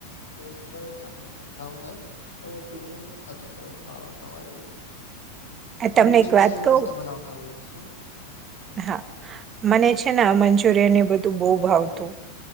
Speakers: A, on the left; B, on the right.
A: <unintelligible> તો મતલબ ખાવાહે હવે એટલું બધું નથી થતું કે હવે ખાવા ખાવા એવું કઈ અમુક
B: તમને
A: જગ્યા
B: એક વાત
A: એ મસ્ત
B: કહું
A: બનાવતા હોય શું.
B: હા મને છે મંચુરિયનને બધું બઉ ભાવતું.